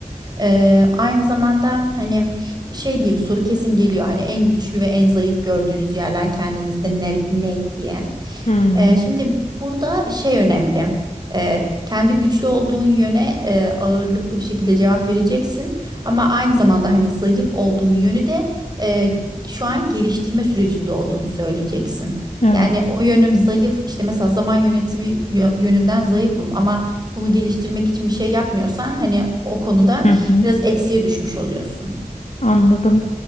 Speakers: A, on the right; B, on the left.
A: Eee, aynı zamanda hani şey diye bir soru kesin geliyor. Hani en güçlü ve en zayıf gördüğünüz yerler kendinizde ne, ne diye.
B: Hmm,
A: Ee, şimdi burada şey önemli. Ee, kendi güçlü olduğun yöne e, ağırlıklı bir şekilde cevap vereceksin. Ama aynı zamanda hani zayıf olduğun yönü de e, şu an geliştirme sürecinde olduğunu söyleyeceksin.
B: evet.
A: Yani o yönüm zayıf işte mesela zaman yönetimi yö- yönünden zayıfım ama bunu geliştirmek için bir şey yapmıyorsan hani o konuda
B: Hı hı.
A: biraz eksiye düşmüş oluyorsun.
B: Anladım.